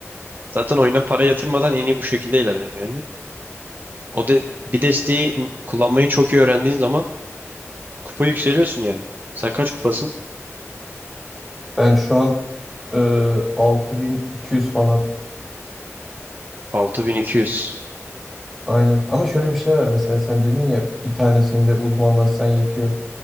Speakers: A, on the right; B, in the centre.
A: Zaten oyuna para yatırmadan en iyi bu şekilde ilerleniyor yani. O de bir desteği kullanmayı çok iyi öğrendiğin zaman kupa yükseliyorsun yani. Sen kaç kupasın?
B: Ben şu an e, 6200 falan.
A: 6200.
B: Aynen. Ama şöyle bir şey var mesela sen dedin ya bir tanesinde uzmanlaşsan yetiyor.